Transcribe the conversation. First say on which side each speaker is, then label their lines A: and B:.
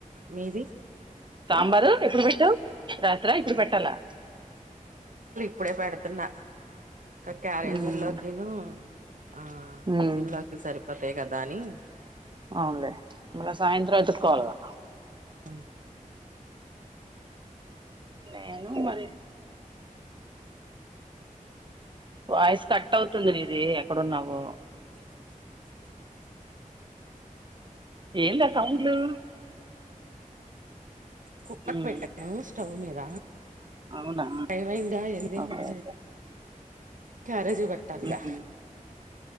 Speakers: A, on the right; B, on the right.
A: మీది
B: సాంబారు ఎప్పుడు పెట్టావు రాత్ర ఇప్పుడు పెట్టాలా
A: అప్పుడ ప ఎడుతున్న ఇ క్యారేజీ
B: ఉమ్,
A: లోకిను ఆ
B: ఉమ్,
A: టిఫిన్ లోకి సరిపోతాయి కదా అని
B: అవునులే ఇ సాయంత్రం ఎతుట్కోవాలిగా
A: అ
B: నను మరి వాయిస్ కట్ అవుతుంది నీది ఎక్కడున్నావు ఏంద సౌండ్లు
A: కుక్కర్
B: ఉమ్,
A: పెట్టాను స్టవ్ మీద
B: అవునా
A: పైమైందా ఎంత
B: ఓకే
A: మ
B: ఓకే
A: క్యారేజీ పట్టాలిగా
B: ఉమ్,